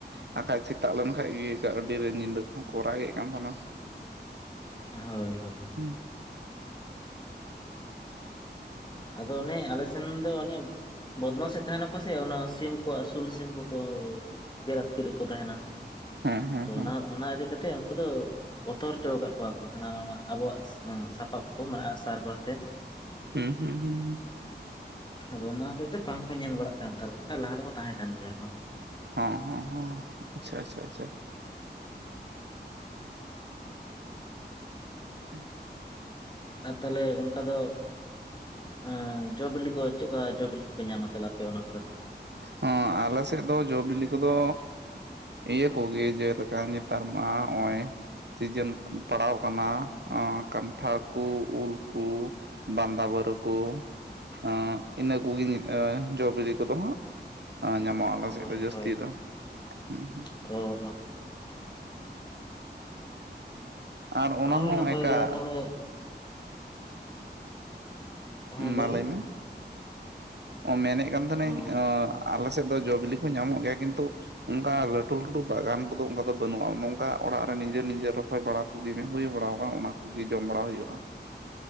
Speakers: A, on the right; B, on the left.
A: ᱵᱟᱠᱷᱟᱡ ᱥᱮᱛᱟᱜ ᱞᱮᱱᱠᱷᱟᱡ ᱜᱮ ᱜᱟᱹᱰᱤᱨᱮ ᱧᱤᱫᱟᱹ ᱠᱚᱦᱚᱸ ᱠᱚᱨᱟᱜᱮᱫ ᱠᱟᱱ ᱛᱟᱦᱮᱱᱟ
B: ᱦᱳᱭ ᱦᱳᱭ
A: ᱦᱩᱸ
B: ᱟᱫᱚ ᱚᱱᱮ ᱟᱞᱮ ᱥᱮᱱ ᱫᱚ ᱚᱱᱮ ᱵᱚᱫᱢᱟ ᱥᱮᱫ ᱛᱟᱦᱮᱱᱟᱠᱚ ᱥᱮ ᱚᱱᱟ ᱥᱤᱢ ᱠᱚ ᱟᱹᱥᱩᱞ ᱥᱤᱢ ᱠᱚᱠᱚ ᱜᱮᱨ ᱟᱛᱠᱤᱨᱮᱫ ᱠᱚ ᱛᱟᱦᱮᱱᱟ
A: ᱦᱮᱸ ᱦᱮᱸ
B: ᱛᱚ
A: ᱦᱮᱸ
B: ᱚᱱᱟ ᱚᱱᱟ ᱤᱫᱤ ᱠᱟᱛᱮ ᱩᱝᱠᱩ ᱫᱚ ᱵᱚᱛᱚᱨ ᱦᱚᱪᱚᱣᱟᱠᱟᱫ ᱠᱚᱣᱟ ᱠᱚ ᱦᱟᱱᱟ ᱟᱵᱚᱣᱟᱜ ᱥᱟᱯᱟᱵ ᱠᱚ ᱢᱟᱱᱮ ᱟᱜ ᱥᱟᱨ ᱠᱚ ᱟᱛᱮᱫ
A: ᱦᱩᱸ ᱦᱩᱸ ᱦᱩᱸᱻ
B: ᱟᱫᱚ ᱚᱱᱟ ᱦᱚᱛᱮᱡ ᱛᱮ ᱵᱟᱝᱠᱚ ᱧᱮᱞ ᱵᱟᱲᱟᱜ ᱠᱟᱱ ᱛᱟᱦᱮᱸ ᱵᱟᱠᱷᱟᱡ ᱞᱟᱦᱟ ᱫᱚᱠᱚ ᱛᱟᱦᱮᱸ ᱠᱟᱱ ᱜᱮᱭᱟ ᱠᱚ
A: ᱦᱚᱸ ᱦᱚᱸ ᱦᱚᱸ ᱟᱪᱪᱷᱟ ᱟᱪᱪᱷᱟ ᱟᱪᱪᱷᱟ ᱦᱮᱸ
B: ᱟᱨ ᱛᱟᱞᱦᱮ ᱚᱱᱠᱟ ᱫᱚ ᱟᱸ ᱡᱚ ᱵᱤᱞᱤ ᱠᱚ ᱪᱮᱫ ᱠᱟ ᱡᱚ ᱵᱤᱞᱤ ᱠᱚᱯᱮ ᱧᱟᱢᱟ ᱛᱟᱞᱦᱮ ᱟᱯᱮ ᱚᱱᱟ ᱠᱚᱨᱮ ᱫᱚ
A: ᱦᱚᱸ ᱟᱞᱮ ᱥᱮᱫ ᱫᱚ ᱡᱚᱼᱵᱤᱞᱤ ᱠᱚᱫᱚ ᱤᱭᱟᱹ ᱠᱚᱜᱮ ᱡᱮᱞᱮᱠᱟ ᱱᱮᱛᱟᱨ ᱢᱟ ᱦᱚᱸᱜᱼᱚᱭ ᱥᱤᱡᱮᱱ ᱯᱟᱲᱟᱣ ᱠᱟᱱᱟ ᱟ ᱠᱟᱱᱴᱷᱟᱲ ᱠᱩ ᱩᱞ ᱠᱩ ᱵᱟᱸᱫᱟ ᱵᱟᱹᱨᱩ ᱠᱚ ᱟ ᱤᱱᱟᱹ ᱠᱚᱜᱤ ᱡᱚ ᱵᱤᱞᱤ ᱠᱚᱫᱚ ᱦᱟᱸᱜ ᱟ ᱧᱟᱢᱚᱜᱼᱟ ᱟᱞᱮ ᱥᱮᱫ
B: ᱦᱳᱭ
A: ᱫᱚ ᱡᱟᱹᱥᱛᱤ
B: ᱦᱳᱭ
A: ᱫᱚ ᱦᱩ ᱦᱩ
B: ᱚ, ᱚ
A: ᱟᱨ ᱚᱱᱟ
B: ᱚ ᱦᱳᱭ
A: ᱦᱚᱸ
B: ᱱᱟᱯᱟᱭ
A: ᱮᱠᱟ
B: ᱜᱮ ᱛᱟᱦᱚᱞᱮ ᱦᱮᱸ
A: ᱢᱟ
B: ᱵᱮᱱ
A: ᱞᱟᱹᱭ ᱢᱮ, ᱚ ᱢᱮᱱᱮᱫ ᱠᱟᱱ ᱛᱟᱦᱮᱱᱟᱹᱧ
B: ᱚ
A: ᱟᱸᱻ ᱟᱞᱮᱥᱮᱫ ᱫᱚ ᱡᱚᱼᱵᱤᱞᱤ ᱠᱚ ᱧᱟᱢᱚᱜ ᱜᱮᱭᱟ ᱠᱤᱱᱛᱩ ᱚᱝᱠᱟ ᱞᱟᱹᱴᱩ ᱞᱟᱹᱴᱩ ᱵᱟᱜᱟᱱ ᱠᱚᱫᱚ ᱚᱝᱠᱟ ᱫᱚ ᱵᱟᱹᱱᱩᱜᱼᱟ ᱱᱚᱝᱠᱟ ᱚᱲᱟᱜ ᱨᱮ ᱱᱤᱡᱮᱨ ᱱᱤᱡᱮ ᱨᱚᱦᱚᱭ ᱵᱟᱲᱟ ᱩᱜᱮ ᱦᱩᱭ ᱵᱟᱲᱟ ᱟᱠᱟᱱ ᱚᱱᱟ ᱠᱚᱜᱮ ᱡᱚᱢ ᱵᱟᱲᱟ ᱦᱩᱭᱩᱜᱼᱟ